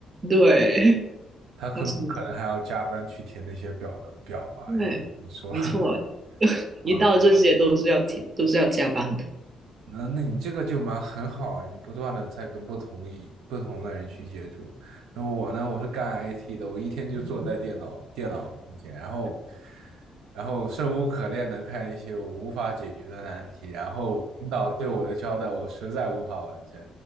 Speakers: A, on the right (about 35°); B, on the right (about 85°).
A: 对，<laughs>
B: 他可可能还要加班去填那些表的表吧，
A: 那是对，
B: 因为你说
A: 没错，<laughs>
B: <laughs>
A: 一到这些都是要提，
B: 啊，
A: 都是要加班的。
B: 那那你这个就蛮很好，你不断的在跟不同意不同的人去接触。然后我呢，我是干 IT 的，我一天就坐在电脑电脑面前，
A: 嗯，
B: 然后然后生无可恋的看一些我无法解决的难题，然后领导对我的交代我实在无法完成。